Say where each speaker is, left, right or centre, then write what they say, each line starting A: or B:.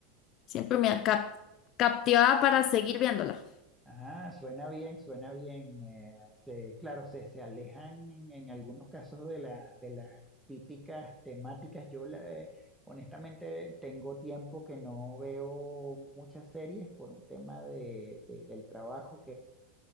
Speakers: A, on the left (about 40°); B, in the centre.
A: Siempre me cap- captivaba para seguir viéndola.
B: ajá, suena bien, suena bien. eh, se, claro, se, se alejan en, en algunos casos de la, de las típicas temáticas. Yo la- eh, honestamente tengo tiempo que no veo muchas series por un tema de, de- del trabajo